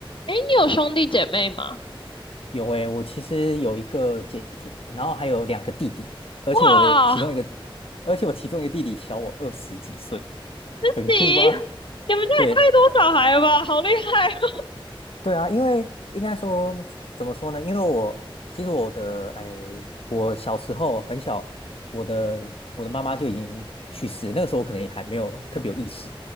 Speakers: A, on the left; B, on the left.
A: 哎，你有兄弟姐妹吗？
B: 有诶，我其实有一个姐姐，然后还有两个弟弟，而且我的其中一个，
A: 哇，
B: 而且我其中一个弟弟小我二十几岁，
A: 自己，
B: 很酷吧？
A: 你们家也太多小孩了吧，
B: 对
A: 好厉害哦
B: 对啊，因为应该说怎么说呢？因为我其实我的哎，我小时候很小，我的我的妈妈就已经去世了，那个时候我可能也还没有特别有意识，